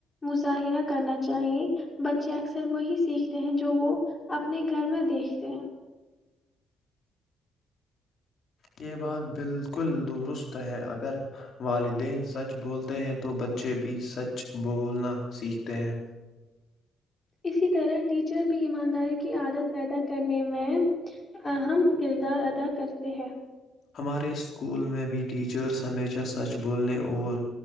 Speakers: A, on the left (about 25°); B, on the left (about 55°).
A: مظاہرہ کرنا چاہیے بچے اکثر وہی سیکھتے ہیں جو وہ اپنے گھر میں دیکھتے ہیں
B: یہ بات بالکل درست ہے اگر والدین سچ بولتے ہیں تو بچے بھی سچ بولنا سیکھتے ہیں
A: اسی طرح ٹیچر ایمانداری کی عادت پیدا کرنے میں اہم کردار ادا کرتے ہیں
B: ہمارے اسکول میں بھی ٹیچرس ہمیشہ سچ بولنے اور